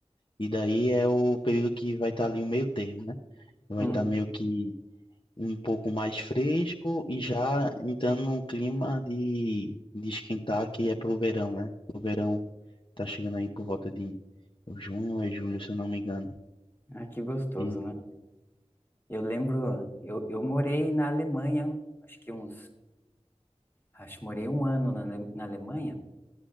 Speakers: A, on the left (about 45°); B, on the left (about 20°).
A: E daí é o período que vai estar ali o meio termo, né? Vai
B: hum.
A: estar meio que um pouco mais fresco e já entrando num clima de, de esquentar que é pro verão, né? O verão tá chegando aí por volta de junho ou julho, se eu não me engano.
B: Ah, que gostoso,
A: E
B: né? Eu lembro, eu, eu morei na Alemanha, acho que uns, acho que morei um ano na Ale- na Alemanha.